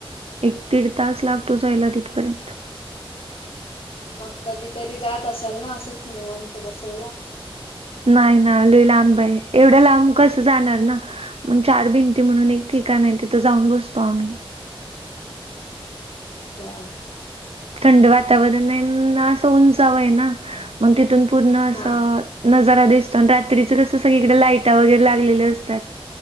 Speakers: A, on the right (about 85°); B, on the left (about 80°).
A: एक दीड तास लागतो, जायला तिथपर्यंत.
B: मग कधी तरी जात असाल ना, असंच निवांत बसायला?
A: नाही ना, लय लांब आहे एवढं लांब कसं जाणार ना? म चार भिंती म्हणून, एक
B: हा
A: ठिकाण आहे तिथं जाऊन बसतो आम्ही.
B: अच्छा!
A: थंड वातावरण आहे, अन असं उंचाव आहे ना मग ति तिथुन पूर्ण असं
B: हा
A: नजार जारा दिसतो, आणि रात्रीचं कसं सगळीकडे लाईटं वगैरे लागलेली असतात.